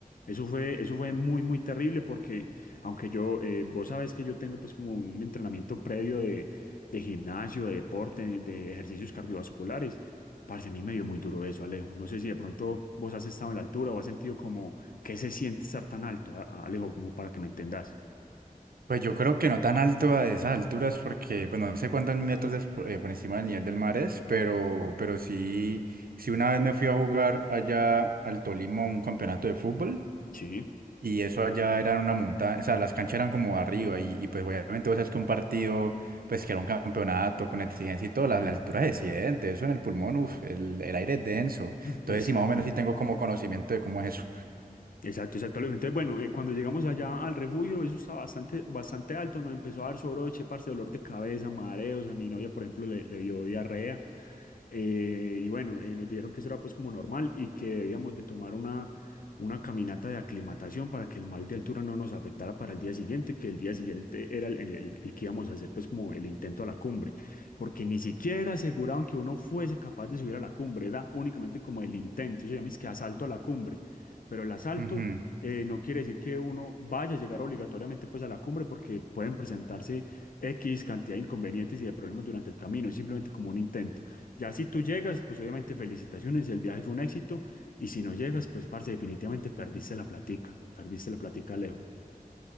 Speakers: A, on the left (about 70°); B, on the right (about 80°).
A: Eso fue, eso fue muy, muy terrible porque, aunque yo, eh, vos sabes que yo tengo pues como un entrenamiento previo de, de gimnasio, de deporte, de ejercicios cardiovasculares, parce, a mí me dio muy duro eso, Alejo. No sé si de pronto vos has estado en la altura o has sentido como que se siente estar tan alto, a- a- Alejo, como para que me entendas.
B: Pues yo creo que no tan alto a esas alturas porque, pues no sé cuántos metros despo- eh, por encima del nivel del mar es, pero,
A: Ujú.
B: pero sí, sí una vez me fui a jugar allá al Tolima un campeonato de fútbol.
A: Sí.
B: Y eso allá era en una montaña, o sea, las canchas eran como arriba y, y pues obviamente vos sabes que un partido, pues que era un campeonato con exigencia y todo, la, la altura se siente, eso en el pulmón, uf, el, el aire es denso. Entonces
A: Exacto.
B: sí, más o menos sí tengo como conocimiento de cómo es eso.
A: Exacto, exacto. Alejo. Entonces, bueno, eh, cuando llegamos allá al refugio, eso estaba bastante, bastante alto, nos empezó a dar soroche, parce, dolor de cabeza, mareos, a mi novia, por ejemplo, le, le dio diarrea, Eh, y bueno, eh, nos dijeron que eso era pues como normal y que debíamos de tomar una, una caminata de aclimatación para que el mal de altura no nos afectara para el día siguiente, que el día siguiente era el, el el que íbamos a hacer pues como el intento a la cumbre, porque ni siquiera aseguraban que uno fuese capaz de subir a la cumbre, era únicamente como el intento, se llama es que asalto a la cumbre pero el asalto
B: Ujú.
A: eh, no quiere decir que uno vaya a llegar obligatoriamente pues a la cumbre porque pueden presentarse X cantidad de inconvenientes y de problemas durante el camino, es simplemente como un intento. Ya si tú llegas, pues obviamente felicitaciones, el viaje fue un éxito y si no llegas, pues parce, definitivamente perdiste la platica, perdiste la platica, Leo.